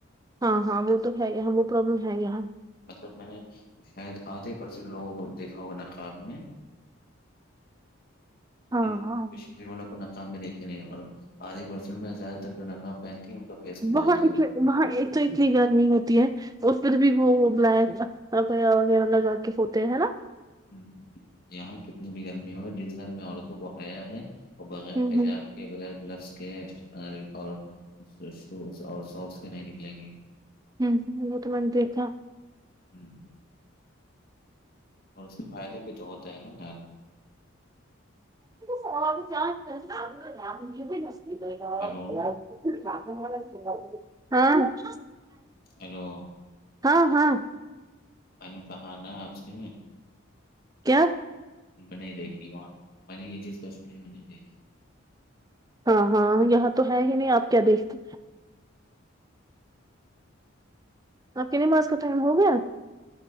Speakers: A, on the right; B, on the left.
A: ہاں ہاں وہ تو ہے یہاں وہ پروابلم ہے یہیاں
B: مطلب میں نے شاید آدھے پرسینٹ لوگوں کو دیکھا ہوا نقاب میں
A: ہاں
B: نہیں تو میں
A: ہاں
B: نے کشمیر والوں کو نقاب میں دیکھے نہیں اور آدھی پرسن میں زیادہ تر جو نقاب پہنتی ہیں ان فیس کھلا
A: وہاں
B: ہوتا
A: ات وہاں تو اتنی گرمی ہوتی ہے اس پھر بھی وہ بلیک ایا وغیرہ لگا کے ہوتے ہیں ہے نا
B: ہ یہاں کتنی بھی گرمی ہو جس گھر میں عورتوں کو ہیا ہے وہ بغیر
A: ہوں
B: حجاب کے بغیر گلبس کے اور شوز اور سوکس کے نہیں نکلیں گی
A: ہوں ہ وہ تو میں نے دیکھا
B: ہوں <unintelligible> اور اس کے فائدے بھی تو ہوتا ہے نا ار
A: س چان بھی نستی تو گ
B: ہیلو
A: <unintelligible> ہاں <unintelligible>
B: ہیلو
A: ہاں ہاں
B: میں نے کہہانا آپ سے
A: کیا
B: میں نہیں دیکھی وہاں میں نے یہ چیز کشمییر میں نہیں دیکھی
A: ہاں ہاں یہاں تو ہے ہی نہیں آپ کیا دیکھتے اب کتنے مارس کا ٹائم ہو گیا